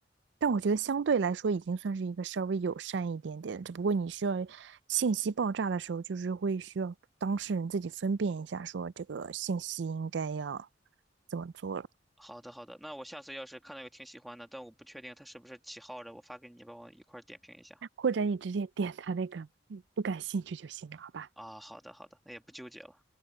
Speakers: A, on the right (about 70°); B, in the centre.
A: 但我觉得相对来说已经算是一个稍微友善一点点，只不过你需要信息爆炸的时候，就是会需要当事人自己分辨一下，说这个信息应该要怎么做了。
B: 好的好的，那我下次要是看到有挺喜欢的，但我不确定他是不是起号的，我发给你，帮我一块儿点评一下。
A: 或者你直接点他那个嗯不感兴趣就行了，好吧？
B: 啊，好的好的，那也不纠结了。